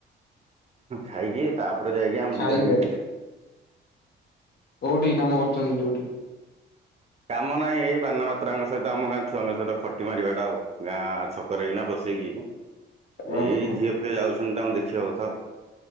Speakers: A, on the right; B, on the left.
A: ଖାଇକି। ତା ପରେ ଯାଇକି ଆମେ
B: ଖାଇବେ।
A: ଯିବା ଡ୍ୟୁଟି।
B: କୋଉଠି କାମ କରୁଚନ୍ତି ଡ୍ୟୁଟି?
A: କାମ ନାଇ, ଏଇ ବାନା ବାତ୍ରା ଙ୍କ ସହିତ ଆମ ଗାଁ ଛୁଆଙ୍କ ସହିତ ଖଟି ମାରିବା ଟା ଆଉ ଗାଁ ଛକରେ ଏଇକିନା ବ ବସିକି <unintelligible>
B: ଓହୋ।
A: ଏଇ ଝିଅ ଫିଅ ଯାଉଛନ୍ତି ତାଙ୍କୁ ଦେଖିବା କଥା ଆଉ।